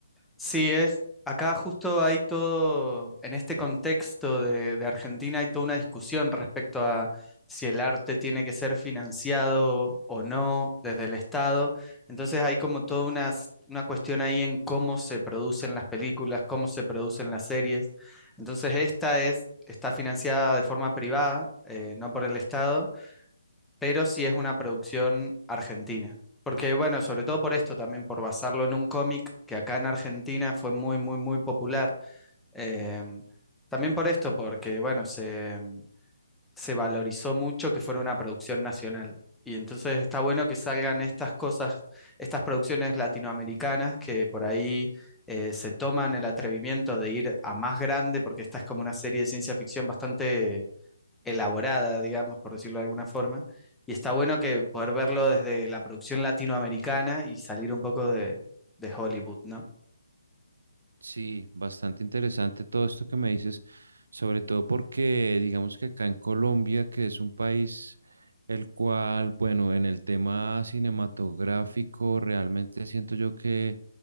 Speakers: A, in the centre; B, on the right.
A: Sí, es, acá justo hay todo, en este contexto de, de Argentina hay toda una discusión respecto a si el arte tiene que ser financiado o no desde el Estado. Entonces hay como toda una, s- una cuestión ahí en cómo se producen las películas, cómo se producen las series. Entonces esta es, está financiada de forma privada, eh, no por el Estado pero sí es una producción argentina. Porque, bueno, sobre todo por esto, también por basarlo en un cómic que acá en Argentina fue muy, muy, muy popular. Em, también por esto, porque, bueno, se, se valorizó mucho que fuera una producción nacional. Y entonces está bueno que salgan estas cosas, estas producciones latinoamericanas que por ahí eh, se toman el atrevimiento de ir a más grande, porque esta es como una serie de ciencia ficción bastante elaborada, digamos, por decirlo de alguna forma. Y está bueno que poder verlo desde la producción latinoamericana y salir un poco de, de Hollywood, ¿no?
B: Sí, bastante interesante todo esto que me dices, sobre todo porque digamos que acá en Colombia, que es un país el cual, bueno, en el tema cinematográfico realmente siento yo que